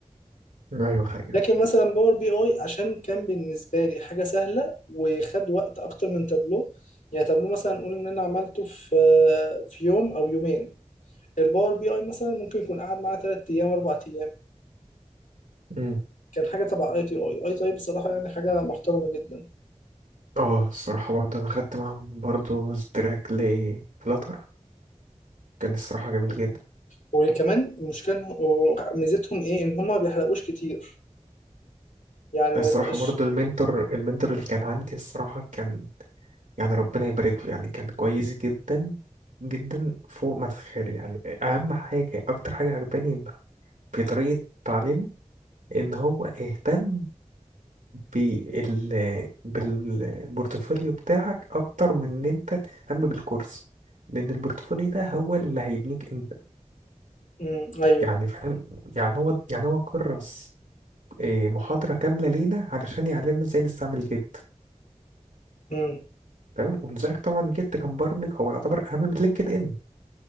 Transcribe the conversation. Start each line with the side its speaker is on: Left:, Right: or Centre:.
Right: ايوه حقيقة
Left: لكن مثلا باور بي اي عشان كان بالنسبه لي حاجه سهله وخد وقت اكتر من تابلو يعني تابلو مثلا نقول ان انا عملته في آه، في يوم او يومين الباور بي اي مثلا ممكن يكون قعد معاه تلات ايام اربع ايام
Right: أمم.
Left: كان حاجه تبع اي تي اي اي تي اي بصراحه يعني حاجه محترمه جدا
Right: اه الصراحة برضه انا خدت معاهم برضه تراك لفلاتر كان الصراحة جميل جدا
Left: وكمان المشكله إن هو- ميزتهم ايه ان هما ما بيحرقوش كتير يعني ما
Right: الصراحة
Left: يبقاش
Right: برضه المنتور المنتور اللي كان عندي الصراحة كان يعني ربنا يبارك له يعني كان كويس جدا جدا فوق ما تتخيل يعني اهم حاجة اكتر حاجة عجباني إن في طريقة تعليمه ان هو اهتم بال بالبورتفوليو بتاعك اكتر من ان انت تهتم بالكورس لان البورتفوليو ده هو اللي هيبنيك
Left: امم ايوه
Right: يعني فاهم يعني هو يعني هو كرس إيه، محاضرة كاملة لينا علشان يعلمنا ازاي نستعمل جيت
Left: امم
Right: تمام ولذلك طبعا جيت كمبرمج هو يعتبر أهم من لينكد إن